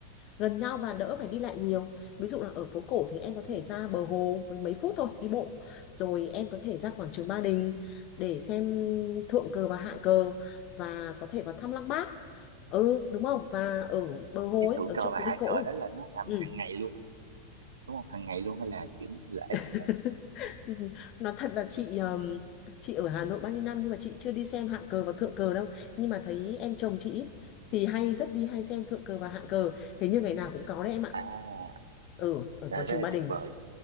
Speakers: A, on the left; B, on the right.
A: gần nhau và đỡ phải đi lại nhiều ví dụ là ở phố cổ thì em có thể
B: ừ.
A: ra bờ hồ với mấy phút thôi đi bộ rồi em có thể ra quảng trường Ba Đình để xem thượng cờ và hạ cờ và có thể vào thăm Lăng Bác ừ đúng không và ở bờ hồ
B: cái
A: ấy
B: thượng
A: ở
B: cờ
A: chỗ
B: và
A: phố
B: hạ
A: đi cỗ
B: cờ
A: ấy
B: đó là nó làm
A: ừ
B: hàng ngày luôn á, đúng không hàng ngày luôn hay là kiểu lễ
A: <laughs>
B: hay là
A: nói thật là chị ừm, chị ở Hà Nội bao nhiêu năm nhưng mà chị chưa đi xem hạng cờ và thượng cờ đâu nhưng mà thấy em chồng chị ý, thì hay rất đi hay xem thượng cờ và hạng cờ hình như ngày nào cũng có đấy em ạ
B: à
A: ở ở
B: là
A: quảng trường
B: rất là
A: Ba Đình
B: tuyệt vời